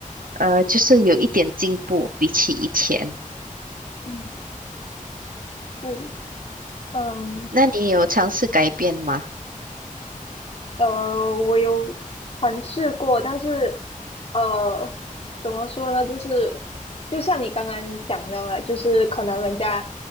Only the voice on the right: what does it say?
呃就是有一点进步，比起以前。
那你有尝试改变吗？<laughs>